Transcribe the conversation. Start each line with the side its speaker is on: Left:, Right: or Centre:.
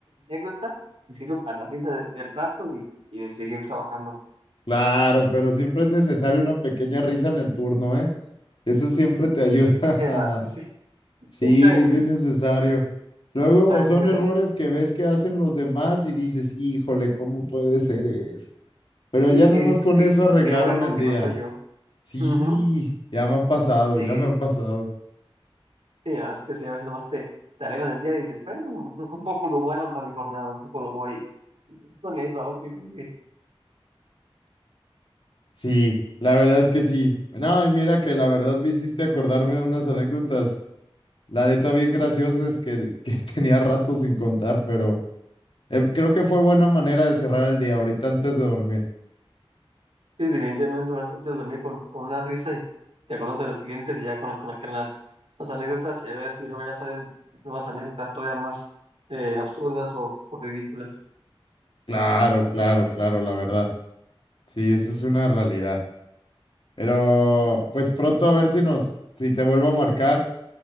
Right: anécdota y sirve para la risa de- del rato y, y de seguir trabajando.
Left: Claro, pero siempre es necesario una pequeña risa en el turno, ¿eh? Eso siempre te ayuda.
Right: La verdad es que sí,
Left: <laughs> Sí,
Right: siempre
Left: es bien necesario. Luego
Right: exactamente.
Left: son errores que ves que hacen los demás y dices, híjole, ¿cómo puede ser eso? Pero
Right: Y
Left: ya
Right: que
Left: nada
Right: dices
Left: más con
Right: tú que
Left: eso arreglaron
Right: qué bueno
Left: el
Right: que
Left: día.
Right: no soy yo.
Left: Sí,
Right: Ujú.
Left: ya me ha pasado,
Right: Y
Left: ya
Right: que,
Left: me
Right: sí,
Left: ha pasado.
Right: la verdad es que sí, a veces nomás te, te alegran el día y dices, bueno, un, un poco de humor a, a mi jornada, un poco de humor y, y con eso a lo que sigue.
Left: Sí, la verdad es que sí. No, y mira que la verdad me hiciste acordarme de unas anécdotas, la neta bien graciosas que, que <laughs> tenía rato sin contar, pero... Eh, creo que fue buena manera de cerrar el día ahorita antes de dormir.
Right: Sí, definitivamente antes antes de dormir con, con una risa y te acuerdas de los clientes y ya con, con, con las, las anécdotas y a ver si luego ya salen nuevas anécdotas todavía más eh, absurdas o, o ridículas.
Left: Claro, claro, claro, la verdad. Sí, eso es una realidad. Pero pues pronto a ver si nos, si te vuelvo a marcar,